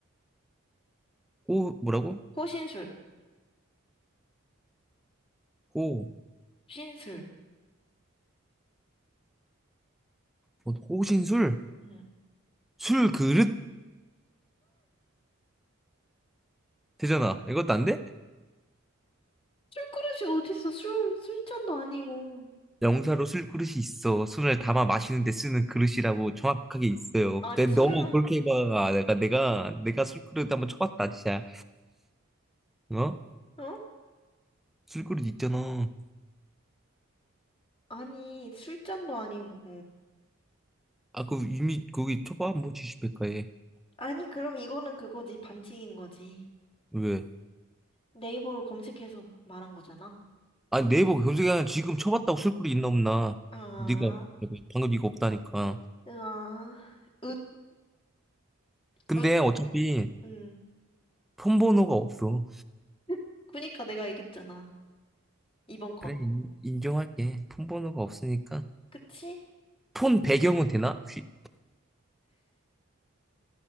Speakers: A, in the centre; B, on the left.
A: 호, 뭐라고?
B: 호신술,
A: 호,
B: 신술.
A: 뭐, 호신술?
B: 응.
A: 술 그릇? 되잖아. 이것도 안 돼?
B: 술그릇이 어딨어, 술. 술잔도 아니고.
A: 명사로 술 그릇이 있어. 술을 담아 마시는 데 쓰는 그릇이라고 정확하게 있어요.
B: 아니,
A: 근데
B: 술을,
A: 너무
B: 마-
A: 그렇게 막 내가 내가 내가 술 그릇 한번 쳐봤다 진짜. 어?
B: 어?
A: 술 그릇 있잖아.
B: 아니, 술잔도 아니고.
A: 아, 그 이미 거기 쳐봐 한번 지시백과에
B: 아니, 그럼 이거는 그거지, 반칙인 거지.
A: 왜?
B: 네이버를 검색해서 말한 거잖아.
A: 아니 네이버 검색하면 지금 쳐봤다고 쓸 글이 있나 없나?
B: 아,
A: 네가 방금 이거 없다니까.
B: 아, 읒,
A: 근데
B: 읒,
A: 어차피
B: 응.
A: 폰 번호가 없어.
B: <laughs> 그니까 내가 이겼잖아. 이번 건.
A: 그래 인- 인정할게. 폰 번호가 없으니까
B: 그치?
A: 폰 배경은 되나? 혹시?